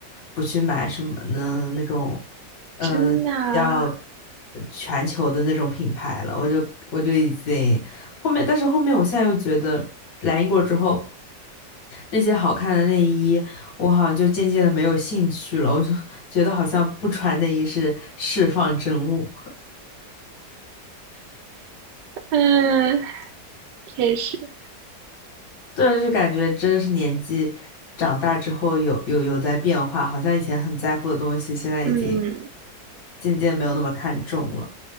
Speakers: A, on the left; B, on the right.
A: 不去买什么的那种，呃，
B: 真的啊，
A: 要全球的那种品牌了。我就我就已经后面，但是后面我现在又觉得来英国之后，那些好看的内衣，我好像就渐渐的没有兴趣了。我就觉得好像不穿内衣是释放真我。
B: 嗯，确实，
A: 对，就是感觉真是年纪长大之后有有有在变化，好像以前很在乎的东西，现在已经
B: 嗯，
A: 渐渐没有那么看重了。